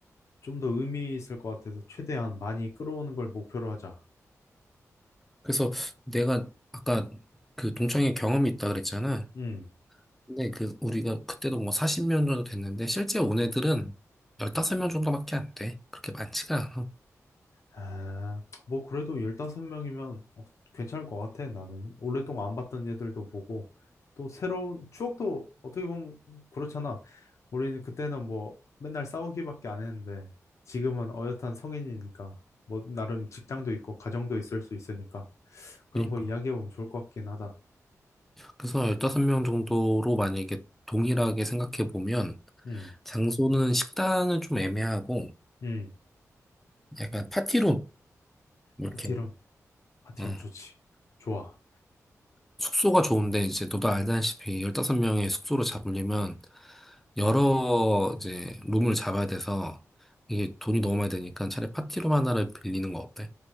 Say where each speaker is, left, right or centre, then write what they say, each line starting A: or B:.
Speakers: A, on the left (about 60°); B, in the centre.
A: 좀 더 의미 있을 것 같아서 최대한 많이 끌어오는 걸 목표로 하자.
B: 그래서 내가 아까 그 동창회 경험이 있다 그랬잖아.
A: 음.
B: 근데 그 우리가 그때도 뭐 40명 정도 됐는데 실제 온 애들은 15명 정도밖에 안 돼. 그렇게 많지가 않아.
A: 아, 뭐 그래도 15명이면 괜찮을 것 같아. 나는 오랫동안 안 봤던 애들도 보고 또 새로운 추억도 어떻게 보면 그렇잖아. 우리는 그때는 뭐 맨날 싸우기밖에 안 했는데 지금은 어엿한 성인이니까 뭐 나름 직장도 있고 가정도 있을 수 있으니까 그런
B: 그러니까.
A: 거 이야기해보면 좋을 것 같긴 하다.
B: 그래서 15명 정도로 만약에 동일하게 생각해 보면
A: 음,
B: 장소는 식당은 좀 애매하고
A: 음,
B: 약간 파티룸 이렇게
A: 파티룸, 파티룸
B: 어,
A: 좋지. 좋아.
B: 숙소가 좋은데 이제 너도 알다시피 15명의 숙소를 잡으려면 여러 이제 룸을 잡아야 돼서 이게 돈이 너무 많이 드니까 차라리 파티룸 하나를 빌리는 거 어때?